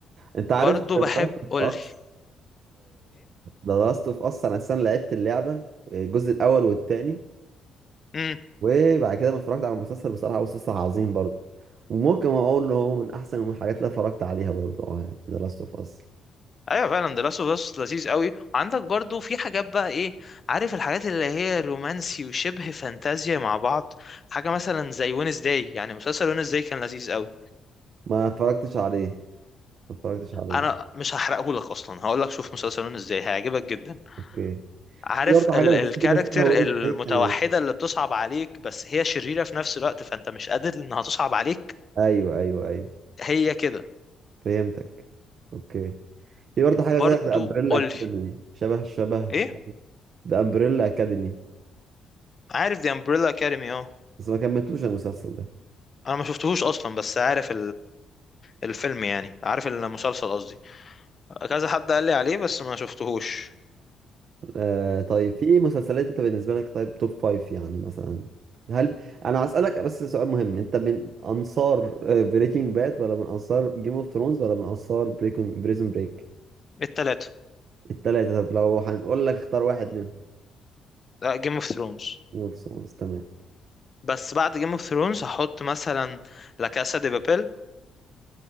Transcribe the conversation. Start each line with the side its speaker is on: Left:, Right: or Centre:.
Right: انت
Left: برضو
Right: عارف دارك
Left: بحب
Right: أوف
Left: قول
Right: اس ذا لاست اوف اس انا اصلا لعبت اللعبه آه، الجزء الاول والثاني
Left: ايه
Right: وبعد كده ما اتفرجت على المسلسل بصراحه هو مسلسل عظيم برضه وممكن اقول ان هو من احسن الحاجات اللي اتفرجت عليها برضه اه يعني ذا لاست اوف اس
Left: ايوه فعلا ده لاست اوف اس لذيذ قوي وعندك برضو في حاجات بقى ايه عارف الحاجات اللي هي رومانسي وشبه فانتازيا مع بعض حاجه مثلا زي وينز داي يعني مسلسل وينز داي كان لذيذ قوي
Right: ما اتفرجتش عليه ما اتفرجتش عليه
Left: انا مش هحرقه لك اصلا هقول لك شوف مسلسل وينز داي هيعجبك جدا
Right: اوكي
Left: عارف
Right: في برضه
Left: ال
Right: حاجه لذيذه
Left: الكاركتر
Right: كده شبه وينج
Left: المتوحده
Right: كان
Left: اللي بتصعب عليك بس هي شريره في نفس الوقت فانت مش قادر انها تصعب عليك
Right: ايوه ايوه ايوه
Left: هي كده
Right: فهمتك اوكي في برضه حاجه
Left: برضو
Right: زي ذا امبريلا
Left: قولي
Right: اكاديمي شبه شبه
Left: ايه
Right: ذا امبريلا اكاديمي
Left: عارف دي امبريلا اكاديمي اه
Right: بس ما كملتوش المسلسل ده
Left: انا ما شفتهوش اصلا بس عارف الفيلم يعني عارف المسلسل قصدي كذا حد قال لي عليه بس ما شفتهوش
Right: آه طيب في مسلسلات انت بالنسبة لك طيب توب فايف يعني مثلا هل انا هسألك بس سؤال مهم انت من انصار بريكنج باد ولا من انصار جيم اوف ثرونز ولا من انصار بريكنج بريزون بريك
Left: التلاتة
Right: التلاتة طب لو هنقول لك اختار واحد منهم
Left: جيم اوف ثرونز
Right: جيم اوف ثرونز تمام
Left: بس بعد جيم اوف ثرونز هحط مثلا لا كاسا دي بابيل